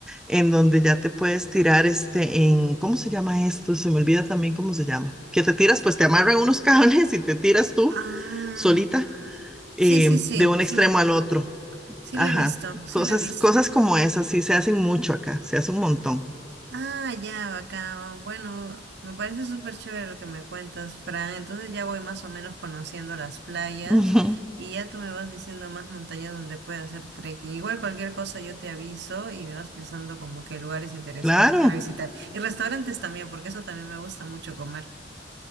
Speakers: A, in the centre; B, on the right (about 65°).
A: en donde ya te puedes tirar este en, ¿cómo se llama esto? Se me olvida también cómo se llama. Que te tiras, pues te amarran unos <laughs> cables y te tiras tú
B: Ah,
A: solita eh,
B: sí, sí, sí,
A: de un
B: sí
A: extremo
B: me acuerdo.
A: al otro.
B: Sí
A: Ajá,
B: lo he visto, sí
A: cosas,
B: lo he visto.
A: cosas como esas sí se hacen mucho acá, se hace un montón.
B: Ah, ya, bacán. Bueno, me parece súper chévere lo que me cuentas, Fran. Entonces ya voy más o menos conociendo las playas
A: Ujú.
B: y ya tú me vas diciendo más montañas donde pueda hacer trekking. Igual cualquier cosa yo te aviso y me vas pensando como que lugares interesantes
A: Claro,
B: para visitar. Y restaurantes también, porque eso también me gusta mucho comer.